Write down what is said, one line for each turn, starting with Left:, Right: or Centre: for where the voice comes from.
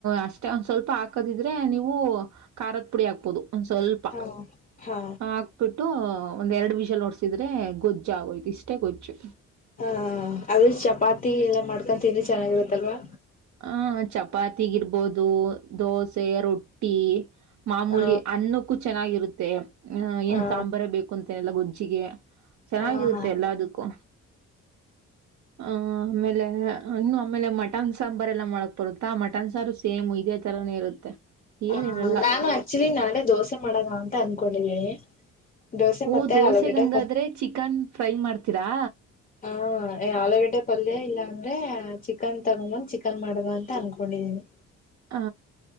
Right: ಅಷ್ಟೇ ಒಂದ ಸ್ವಲ್ಪ ಹಾಕದಿದ್ರೆ ನೀವು ಖಾರದ ಪುಡಿ ಹಾಕ್ಬೋದು ಒಂದು ಸ್ವಲ್ಪ
Left: ಹಾ ಹಾ
Right: ಹಾಕ್ಬಿಟ್ಟು ಒಂದ ಎರಡು ವಿಷಯ ನೋಡ್ಸಿದ್ರೆ ಗೊಜ್ಜು ಆಗೋಯ್ತು ಇಷ್ಟೇ ಗೊಜ್ಜು
Left: ಹಾ ಅದ್ರಲ್ಲಿ ಚಪಾತಿ ಎಲ್ಲಾ ಮಾಡ್ಕೊ ತನ್ ಚೆನ್ನಾಗಿರತ್ತಲ್ವಾ
Right: ಹ ಚಪಾತಿಗಿರ್ಬೋದು ದೋಸೆ ರೊಟ್ಟಿ ಮಾಮೂಲಿ
Left: ಆ
Right: ಅನ್ನಕ್ಕೂ ಚೆನ್ನಾಗಿರುತ್ತೆ ಹ ಏನ್
Left: ಆ
Right: ಸಾಂಬಾರ ಬೇಕು ಅಂತನೆಲ್ಲ ಗೊಜ್ಜಿಗೆ ಚೆನ್ನಾಗಿರುತ್ತೆ
Left: ಹ
Right: ಎಲ್ಲದಕ್ಕೂ ಆಹ ಆಮೇಲೆ ಇನ್ನು ಆಮೇಲೆ ಮಟನ್ ಸಾಂಬಾರ್ ಎಲ್ಲ ಮಾಡಕ್ ಬರುತ್ತಾ ಮಟನ್ ಸಾರು ಸೇಮು ಇದೇ ಥರನೇ ಇರುತ್ತೆ
Left: ಹ
Right: ಏನಿರಲ್ಲ
Left: ನಾನು ಆಕ್ಚುಲಿ ನಾಳೆ ದೋಸೆ ಮಾಡದ ಅಂತ ಅನ್ಕೊಂಡಿದ್ದೀನಿ ದೋಸೆ
Right: ಓ
Left: ಮತ್ತೆ
Right: ದೋಸೆಗಂಗಾದ್ರೆ
Left: ಆಲೂಗಡ್ಡೆ ಹ
Right: ಚಿಕನ್ ಫ್ರೈ ಮಾಡ್ತೀರಾ
Left: ಹಾ ಆಲೂಗಡ್ಡೆ ಪಲ್ಯ ಇಲ್ಲ ಅಂದ್ರೆ ಚಿಕನ್ ತಗೊಬಂದ್ ಚಿಕನ್ ಮಾಡ್ದ ಅಂತ ಅನ್ಕೊಂಡಿದೀನಿ
Right: ಹ